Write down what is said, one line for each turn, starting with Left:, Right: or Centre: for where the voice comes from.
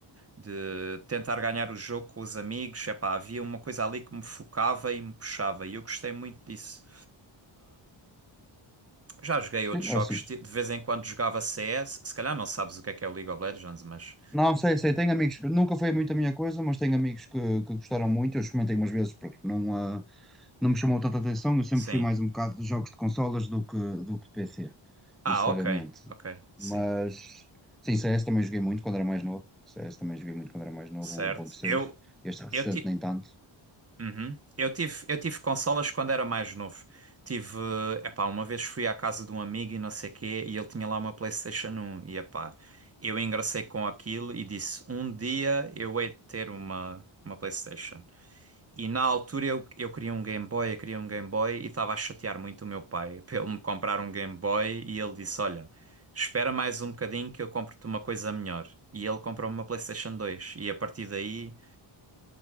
Right: De tentar ganhar o jogo com os amigos, epá, havia uma coisa ali que me focava e me puxava, e eu gostei muito disso. Já joguei outros
Centre: Sim, é
Right: jogos,
Centre: assim.
Right: ti- de vez em quando jogava CS. Se calhar não sabes o que é que é o League of Legends, mas
Centre: Não, sei, sei, tenho amigos, que- nunca foi muito a minha coisa, mas tenho amigos que, que gostaram muito, eu experimentei umas vezes, porque não, ah, não me chamou tanta atenção, eu sempre
Right: sim.
Centre: fui mais um bocado de jogos de consolas do que, do que de PC,
Right: Ah,
Centre: necessariamente.
Right: ok, ok, sim,
Centre: Mas, sim, CS também joguei muito quando era mais novo, CS também joguei muito quando era mais novo,
Right: certo.
Centre: o um ponto seis
Right: Eu,
Centre: este recente
Right: eu, ti...
Centre: nem tanto,
Right: Uhum. Eu tive, eu tive consolas quando era mais novo. Tive, eh, epá, uma vez fui à casa de um amigo e não sei quê, e ele tinha lá uma PlayStation 1 e epá, eu engracei com aquilo e disse, um dia eu hei de ter uma, uma PlayStation. E na altura eu, eu queria um Game Boy, eu queria um Game Boy e estava a chatear muito o meu pai <laughs> para ele me comprar um Game Boy e ele disse: Olha, espera mais um bocadinho que eu compro-te uma coisa melhor. E ele comprou uma PlayStation 2 e a partir daí